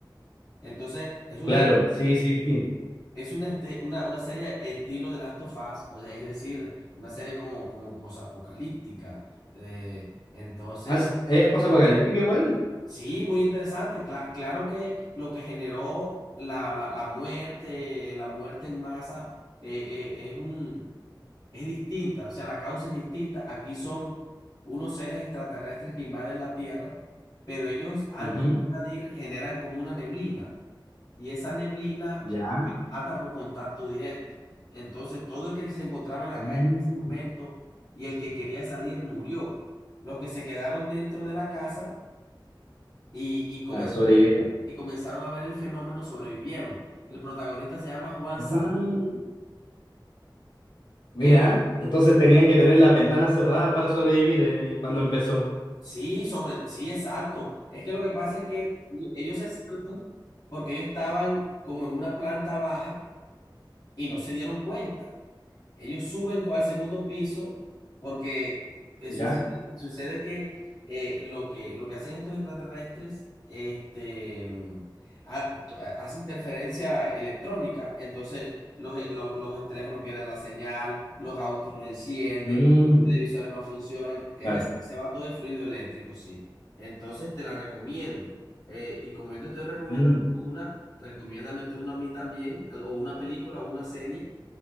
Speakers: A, on the left; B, on the left.
A: Entonces, es una,
B: claro, sí, sí, sí.
A: es una, este- una, una serie estilo de Last of Us, o sea, es decir, una serie como, como posapocalíptica. Eh, entonces,
B: ¿As- ¿Es posapocalíptica igual?
A: Sí, muy interesante. Cla- claro que lo que generó la, la, la muerte, la muerte en masa, eh, eh, es un, es distinta, o sea, la causa es distinta. Aquí son unos seres extraterrestres que invaden la Tierra, pero ellos antes
B: Ujú.
A: de invadir generan como una neblina y esa neblina
B: Ya.
A: ata por contacto directo. Entonces, todo el que se encontraba en la
B: Mm.
A: calle en ese momento y el que quería salir murió. Los que se quedaron dentro de la casa y, y comenzaron
B: Claro, sobrevivieron.
A: y comenzaron a ver el fenómeno, sobrevivieron. El protagonista se llama Juan
B: Mm.
A: Salvo.
B: Mira,
A: Es-
B: entonces tenían que tener las ventanas cerradas para sobrevivir eh, cuando empezó.
A: sí, sobre, sí, exacto. Es que lo que pasa es que ellos se salvan porque ellos estaban como en una planta baja y no se dieron cuenta. Ellos suben co- al segundo piso porque eh,
B: Ya.
A: suce- sucede, que, eh, lo que lo que hacen estos extraterrestres este, mm, ha- to- ha- hace interferencia electrónica, entonces los, eh, lo- los teléfonos pierden la señal, los autos no encienden,
B: Mm.
A: los televisores no funcionan, es
B: Claro.
A: decir, se va todo el fluido eléctrico, sí. Entonces te la recomiendo. Eh, y como yo te estoy recomendando
B: Mm.
A: una, recomiéndame tú una a mí también, al- o una película o una serie